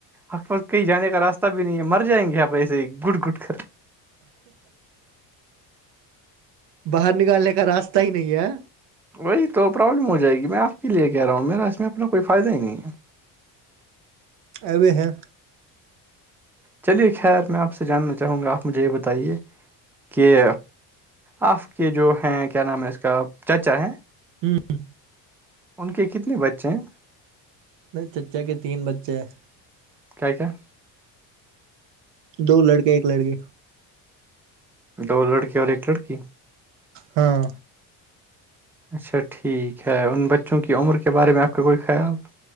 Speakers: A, in the centre; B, on the right.
A: حقق کہیں جانے کا راستہ بھی نہیں ہے مر جائیں گے آپ ایسے ہی گٹ گٹ کر
B: باہر نکالنے کا راستہ ہی نہیں ہے
A: وہی تو پرابلم ہو جائے گی میں آپ کے لیے کہہ رہا ہوں میرا اس میں اپنا کوئی فائدہ ہی نہیں ہے
B: آبئے ہیں
A: چلیے خیر میں آپ سے جاننا چاہوں گا آپ مجھے یہ بتائیے کہ آپ کے جو ہیں کیا نام ہے اس کا چچا ہیں
B: ہوں <unintelligible>
A: ان کے کتنے بچے ہیں
B: نہیں چچا کے تین بچے ہیں
A: کاائے کا <unintelligible>
B: دو لڑکے ایک لڑکے
A: دو لڑکی اور ایک لڑکی
B: ہاں
A: اچھا ٹھیک ہے ان بچوں کی عمر کے بارے میں آپ کا کوئی خیال